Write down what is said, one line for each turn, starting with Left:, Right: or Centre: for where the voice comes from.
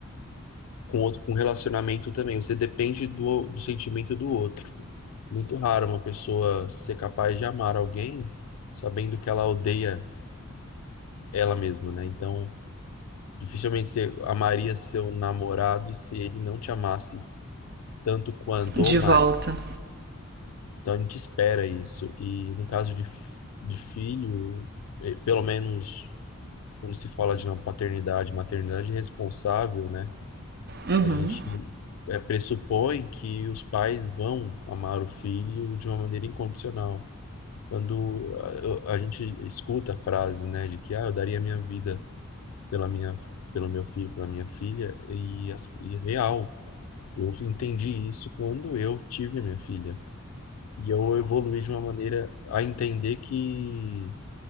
Left: com outro, com relacionamento também, você depende do, do sentimento do outro. Muito raro uma pessoa ser capaz de amar alguém sabendo que ela odeia ela mesma, né? Então, dificilmente você amaria seu namorado se ele não te amasse tanto quanto
Right: De
Left: ou
Right: volta.
Left: mais. Então a gente espera isso. E no caso de, fi- de filho, eh, pelo menos quando se fala de uma paternidade, maternidade responsável, né?
Right: Uhum.
Left: A gente eh, pressupõe que os pais vão amar o filho de uma maneira incondicional. Quando ah, eu- a, gente escuta a frase, né, de que ah, eu daria a minha vida pela minha, pelo meu filho, pela minha filha, e, as- e real, eu entendi isso quando eu tive minha filha. E eu evoluí de uma maneira a entender que